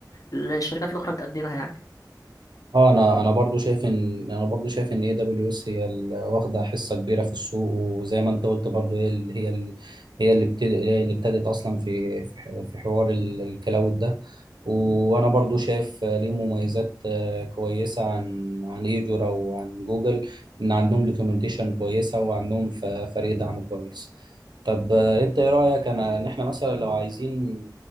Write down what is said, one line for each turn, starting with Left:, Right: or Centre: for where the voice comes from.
Left: الشركات الاخرى بتقدمها يعني
Right: اه انا انا برضو شايف ان انا برضو شايف ان اي دبليو اس هي ال- واخده حصه كبيره في السوق وزي ما انت قلت برضو هي اللي هي اللي هي اللي ابتدت اللي ابتدت اصلا في في ح- في حوار ال- الكلاود ده وانا برضو شايف ليه مميزات آه، كويسه عن عن ايجورا وعن جوجل ان عندهم دوكيومنتيشن كويسه وعندهم ف- فريق دعم كويس طب آه، انت ايه رايك انا ان احنا مثلا لو عايزين